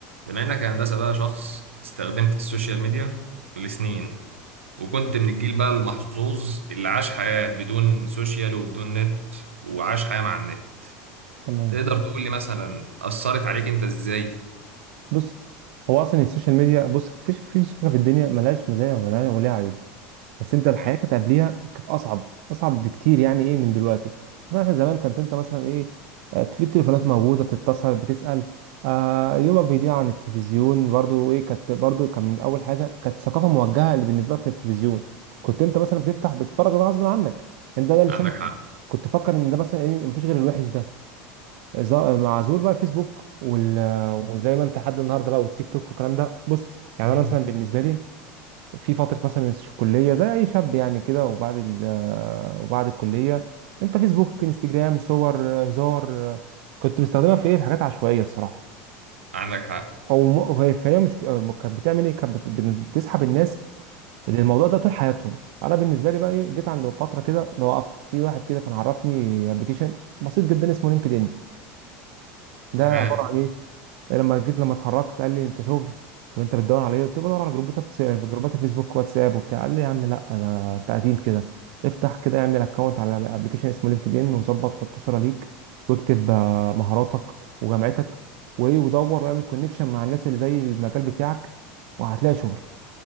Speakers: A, on the right; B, on the right.
A: بما انك يا هندسه بقى شخص استخدمت السوشيال ميديا لسنين وكنت من الجيل بقى المحظوظ اللي عاش حياه بدون سوشيال وبدون نت وعاش حياه مع النت
B: تمام
A: تقدر تقول لي مثلا اثرت عليك انت ازاي
B: بص هو اصلا السوشيال ميديا بص مفيش مفيش حاجه في الدنيا ملهاش مزايا وملهاش وليها عيوب بس انت الحياه
A: تمام
B: كانت قبليها كانت اصعب اصعب بكتير يعني ايه من دلوقتي مثلا احنا زمان كانت انت مثلا ايه آه، في التليفونات موجوده بتتصل بتسال آه يومك بيضيع عن التلفزيون برضو ايه كانت برضو كان من اول حاجه كانت ثقافه موجهه اللي بالنسبه لك للتلفزيون كنت انت مثلا بتفتح بتتفرج ده غصب عنك انت ده اللي
A: عندك
B: شايفه
A: حق
B: كنت فاكر ان ده مثلا ايه مفيش غير الوحش ده ز- مع ظهور بقى الفيسبوك وال... وزي ما انت لحد النهارده بقى والتيك توك والكلام ده بص يعني
A: مهم.
B: انا مثلا بالنسبه لي في فتره مثلا الكليه زي اي شاب يعني كده وبعد ال... وبعد الكليه انت فيسبوك انستجرام صور هزار كنت مستخدمها في ايه في حاجات عشوائيه الصراحه
A: عندك حق
B: فهو- فهي فهي مش كانت بتعمل ايه كانت بت- بتسحب الناس اللي الموضوع ده طول حياتهم انا بالنسبه لي بقى ايه جيت عند فتره كده لو وقفت في واحد كده كان عرفني ابلكيشن بسيط جدا اسمه لينكد ان ده
A: تمام
B: عباره عن ايه لما جيت لما اتخرجت قال لي انت شغل طب انت بتدور على ايه قلت له بدور على جروبات في في جروبات فيسبوك واتساب وبتاع قال لي يا عم لا انا تقديم كده افتح كده اعمل اكونت على ابلكيشن اسمه لينكد ان وظبط حط صوره ليك واكتب آه، مهاراتك وجامعتك وايه ودور واعمل كونكشن مع الناس اللي زي المجال بتاعك وهتلاقي شغل